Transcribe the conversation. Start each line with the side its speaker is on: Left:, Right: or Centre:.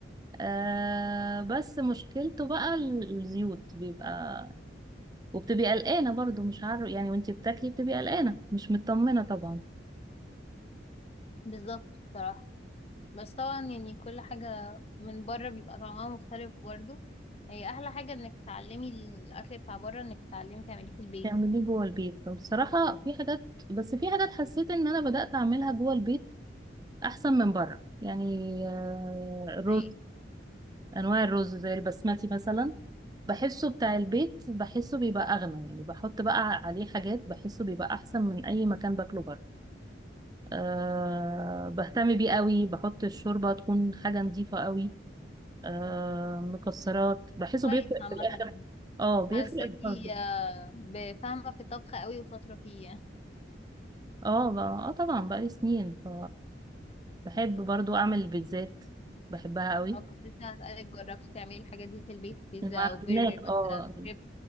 Right: آه بس مشكلته بقى ال- الزيوت بيبقى وبتبقي قلقانة برضو مش عارف يعني وانتي بتاكلي بتبقي قلقانة مش مطمنة طبعا
Left: بالظبط بصراحة بس طبعا يعني كل حاجة من بره بيبقى طعمها مختلف برضو هي أحلى حاجة إنك تتعلمي الأكل بتاع بره إنك تتعلمي تعمليه في البيت
Right: تعمليه
Left: يعني
Right: جوه البيت طب بصراحة في حاجات بس في حاجات حسيت ان انا بدأت اعملها جوه البيت احسن من بره يعني آه، الرز
Left: زي ايه؟
Right: انواع الرز زي البسمتي مثلا بحسه بتاع البيت بحسه بيبقى اغنى يعني بحط بقى عليه حاجات بحسه بيبقى احسن من اي مكان باكله بره أه بهتم بيه قوي بحط الشوربه تكون حاجه نظيفه قوي أه مكسرات بحسه
Left: كويس
Right: بيفرق
Left: عامة
Right: في الاخر
Left: يعني
Right: اه بيفرق
Left: حاساكي
Right: في برضه
Left: آه، بفاهمة في الطبخ قوي وشاطرة فيه يعني
Right: اه ب- اه طبعا بقالي سنين ف بحب برضو اعمل البيتزات بحبها قوي
Left: أو كنت لسه هسألك جربتي تعملي الحاجات دي في البيت بيتزا
Right: المعجنات
Left: أو برجر
Right: اه
Left: مثلا كريب